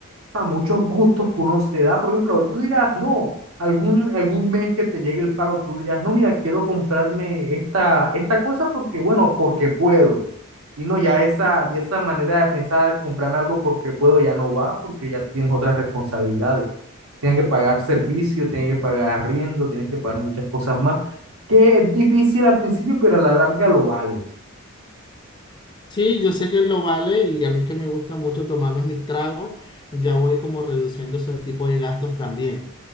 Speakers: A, on the right; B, on the left.
A: a muchos gustos que uno se da. Por ejemplo, tú dirás, no, algún, algún mes que te llegue el pago, tú dirás, no, mira, quiero comprarme esta, esta cosa porque, bueno, porque puedo. Y no, ya esa, ya esa manera de pensar, comprarme algo porque puedo, ya no va, porque ya tienes otras responsabilidades. Tienes que pagar servicio, tienes que pagar arriendo, tienes que pagar muchas cosas más, que es difícil al principio, pero a la larga lo vale.
B: Sí, yo sé que lo vale y a mí que me gusta mucho tomarme mis tragos, ya voy como reduciendo ese tipo de gastos también.